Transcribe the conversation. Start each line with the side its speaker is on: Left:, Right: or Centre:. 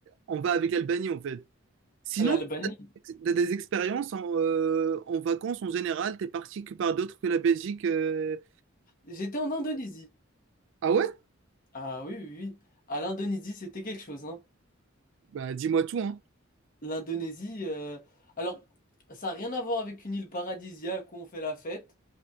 Right: on va avec l'Albanie en fait. Sinon
Left: L'Albanie.
Right: T'as des expériences en, euh, en vacances en général, t'es parti que par d'autres que la Belgique. euh.
Left: J'étais en Indonésie.
Right: Ah ouais?
Left: Ah oui, oui, oui. À l'Indonésie, c'était quelque chose, hein.
Right: Bah dis-moi tout, hein.
Left: L'Indonésie, euh, alors, ça n'a rien à voir avec une île paradisiaque où on fait la fête,